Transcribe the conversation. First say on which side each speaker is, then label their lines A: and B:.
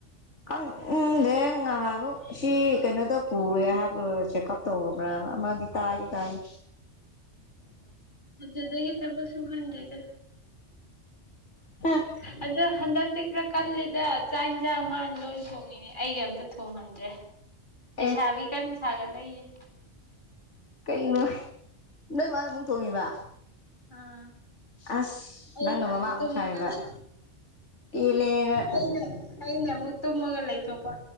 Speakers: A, on the left; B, on the left.
A: ꯈꯪꯗꯦ ꯉꯍꯥꯟꯃꯨꯛ ꯁꯤ ꯀꯩꯅꯣꯗ ꯄꯨꯑꯦ ꯍꯥꯏꯕ ꯆꯦꯛꯀꯞ ꯇꯧꯕ꯭ꯔꯥꯕ ꯃꯥꯗꯤ ꯇꯥꯗꯤ ꯇꯥꯌꯦ
B: ꯑꯗꯨꯗꯒꯤ ꯊꯕꯛ ꯁꯨꯨꯍꯟꯗ꯭ꯔꯦꯗ
A: <unintelligible>
B: ꯑꯗꯣ ꯍꯟꯗꯛꯇꯤ ꯈꯔ ꯀꯜꯂꯤꯦꯗ ꯆꯥꯛ ꯏꯟꯁꯥꯡ ꯃꯥꯅ ꯂꯣꯏ ꯊꯣꯡꯉꯤ ꯑꯩꯒ ꯑꯝꯇ ꯊꯣꯡꯍꯟꯗ꯭ꯔꯦ ꯂꯩꯁꯥꯕꯤ
A: ꯑꯦ
B: ꯀꯟꯅ ꯁꯥꯒꯠꯂꯛꯏꯌꯦ
A: ꯀꯩꯅꯣ ꯅꯣꯏ ꯃꯥꯅ ꯑꯃꯨꯛ ꯊꯣꯡꯉꯤꯕ
B: ꯑꯥ
A: ꯑꯁ
B: ꯑꯩꯅ
A: ꯅꯪꯅ ꯃꯃꯥ
B: ꯑꯃꯨꯛ ꯇꯨꯝꯃꯒ
A: ꯁꯥꯔꯤꯕ
B: ꯂꯩ
A: ꯄꯦꯜꯂꯦꯅ
B: ꯑꯩꯅ ꯑꯩꯅ ꯑꯃꯨꯛ ꯇꯨꯝꯃꯒ ꯂꯩꯊꯣꯛꯄ